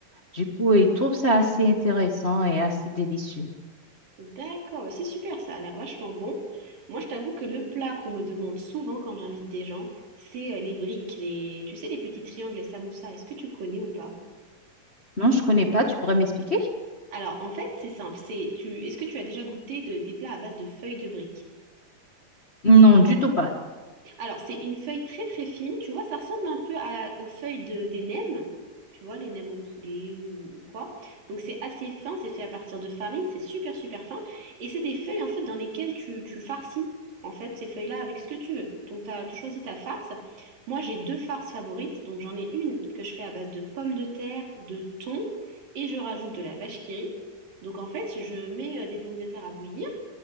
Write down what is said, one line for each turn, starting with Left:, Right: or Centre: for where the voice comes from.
Left: Du coup, ils trouvent ça assez intéressant et assez délicieux.
Right: D'accord, bah c'est super, ça a l'air vachement bon. Moi, je t'avoue que le plat qu'on me demande souvent quand j'invite des gens, c'est euh, les briques, les... tu sais, les petits triangles, les samoussas. Est-ce que tu connais ou pas?
Left: Non, je connais pas. Tu pourrais m'expliquer?
Right: Alors, en fait, c'est simple. C'est tu... Est-ce que tu as déjà goûté de... des plats à base de feuilles de briques?
Left: Non, du tout pas.
Right: Alors, c'est une feuille très très fine. Tu vois, ça ressemble un peu à- aux feuilles de- des nems. Tu vois, les nems au poulet ou, ou quoi. Donc, c'est assez fin. C'est fait à partir de farine. C'est super super fin. Et c'est des feuilles en fait dans lesquelles tu, tu farcis en fait ces feuilles-là avec ce que tu veux. Donc, t'as- tu choisis ta farce. Moi, j'ai deux farces favorites. Donc, j'en ai une que je fais à base de pommes de terre, de thon et je rajoute de la vache qui rit. Donc, en fait, je mets euh, des pommes de terre à bouillir.